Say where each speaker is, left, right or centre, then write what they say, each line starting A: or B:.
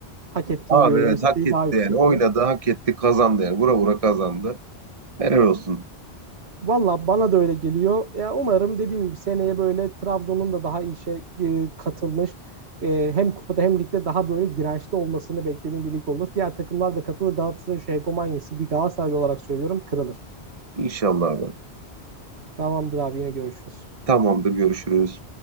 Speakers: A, on the right; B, on the right.
A: hak ettiğini
B: Abi
A: görüyorum.
B: evet
A: İsteği
B: hak etti
A: daha yüksekti.
B: yani. Oynadı, hak etti, kazandı yani. Vura vura kazandı. Helal olsun.
A: Valla bana da öyle geliyor. Ya umarım dediğim gibi seneye böyle Trabzon'un da daha iyi işe e, katılmış e, hem kupada hem ligde daha böyle dirençli olmasını beklediğim bir lig olur. Diğer takımlar da katılır. Galatasaray'ın şu hegemonyası bir Galatasaraylı olarak söylüyorum kırılır.
B: İnşallah abi.
A: Tamamdır abi yine görüşürüz.
B: Tamamdır, görüşürüz.